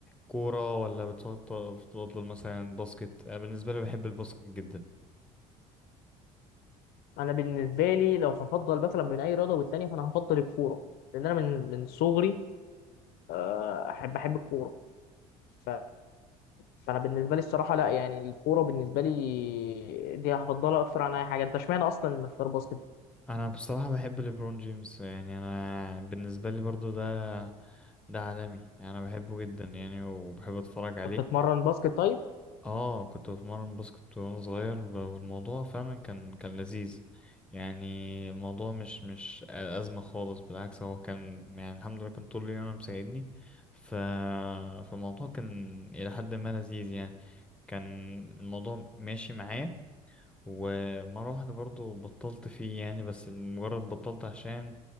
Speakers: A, in the centre; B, on the left.
A: كورة ولا بتفضل بتفضل مثلا باسكت أنا بالنسبة لي بحب الباسكت جدا
B: انا بالنسبه لي لو هفضل مثلا بين اي رياضه والتانيه فانا هفضل الكوره لان انا من من صغري آه، احب احب الكوره ف فانا بالنسبه لي الصراحه لا يعني الكوره بالنسبه لي دي هفضلها اكتر عن اي حاجه انت اشمعنى اصلا مختار باسكت
A: انا بصراحة بحب ليبرون جيمس يعني انا بالنسبة لي برضو ده ده عالمي يعني انا بحبه جدا يعني وبحب اتفرج عليه
B: أنت بتتمرن باسكت طيب
A: اه كنت بتمرن باسكت وانا صغير ب- والموضوع فعلا كان كان لذيذ يعني الموضوع مش مش أزمة خالص بالعكس هو كان يعني الحمد لله كان طول اليوم أنا مساعدني ف... فالموضوع كان إلى حد ما لذيذ يعني كان الموضوع ماشي معايا ومرة واحدة برضو بطلت فيه يعني بس مجرد بطلت عشان